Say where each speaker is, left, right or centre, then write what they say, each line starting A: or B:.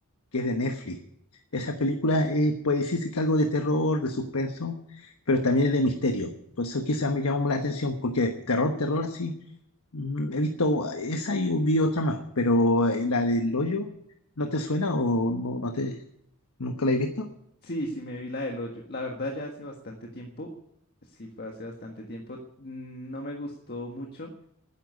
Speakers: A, on the left; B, on the left.
A: que es de Netflix. Esa película eh, puede decirse que algo de terror, de suspenso, pero también es de misterio. Por eso quizás me llamó la atención, porque de terror, terror, sí. mm, He visto esa y vi otra más, pero eh, la del hoyo, ¿no te suena o no, no te...? ¿Nunca la he visto?
B: Sí, sí, me vi la del hoyo. La verdad, ya hace bastante tiempo, sí fue hace bastante tiempo, no me gustó mucho,